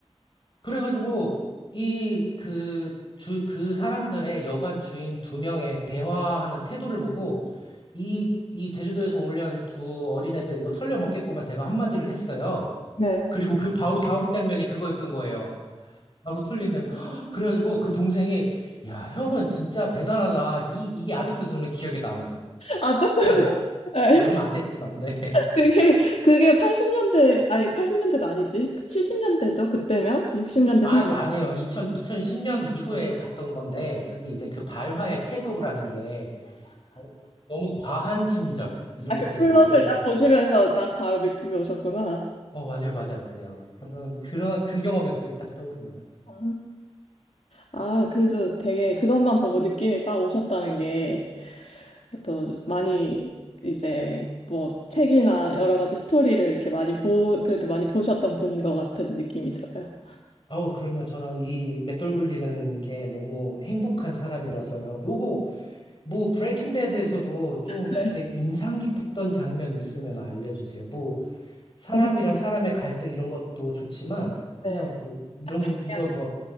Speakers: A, on the left (about 50°); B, on the left (about 75°).
A: 그래가지고 이 그 주, 그 사람들의 여관 주인 두 명의 대화하는 태도를 보고 이, 이 제주도에서 올려온 두 어린애들 이거 털려먹겠구만 제가 한마디를 했어요.
B: 네.
A: 그리고 그 바로 다음 장면이 그거였던 거예요. 바로 털린 장면. <gasps> 그래가지고 그 동생이 야, 형은 진짜 대단하다. 이, 이게 아직도 저는 기억에 남아요.
B: 아, 조금,
A: 그냥
B: <laughs>
A: 뭐
B: 네.
A: 얼마 안 됐지만, 네.
B: 그게, 그게 80년대, 아니, 80년대도 아니지. 70년대죠? 그때면? 60년대
A: 아유,
B: 생
A: 안 해요. 2 0 2010년 이후에 갔던 건데, 그게 이제 그 발화의 태도라는 게 어, 너무 과한 친절, 이런
B: 아,
A: 것들이
B: 그 플롯을
A: 느껴져가지고.
B: 딱 보시면서 딱 바로 느낌이 오셨구나.
A: 어, 맞아요, 맞아요, 맞아요. 그런, 그런, 그 경험이 갑자기 딱 떠오르네요.
B: 아, 아, 그래도 되게 그것만 보고 느낌이 빡 오셨다는 게 또 많이 이제 뭐 책이나 여러 가지 스토리를 이렇게 많이 보, 그래도 많이 보셨던 분인 것 같은 느낌이 들어요.
A: 아우, 그럼요. 저는 이 맷돌 굴리는 게 너무 행복한 사람이라서요. 요거, 뭐, 브레이킹 배드에서도 좀
B: 네.
A: 이렇게 인상 깊었던 장면이 있으면 알려주세요. 뭐, 사람이랑
B: 너무-
A: 사람의 갈등 이런 것도 좋지만, 그냥
B: 네.
A: 뭐, 이런,
B: 딱
A: 이런,
B: 장면.
A: 뭐,